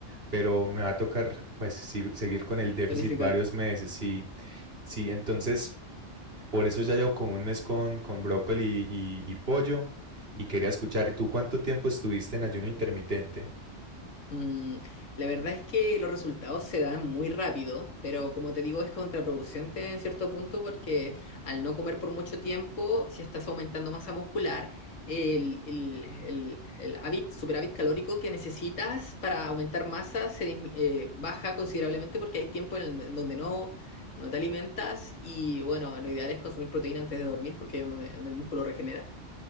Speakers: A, on the right; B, on the left.
A: pero me va a tocar pues sí, seguir con el déficit
B: Tonificar.
A: varios meses. Sí, Sí, entonces por eso ya llevo como un mes con, con brócoli y, y pollo y quería escuchar, ¿tú cuánto tiempo estuviste en ayuno intermitente?
B: Mm, la verdad es que los resultados se dan muy rápido, pero como te digo, es contraproducente en cierto punto porque al no comer por mucho tiempo, si estás aumentando masa muscular, el, el, el, el hábit, superávit calórico que necesitas para aumentar masa se dismi- eh, baja considerablemente porque hay tiempo en, el- en donde no, no te alimentas y bueno, lo ideal es consumir proteína antes de dormir porque es donde, donde el músculo regenera.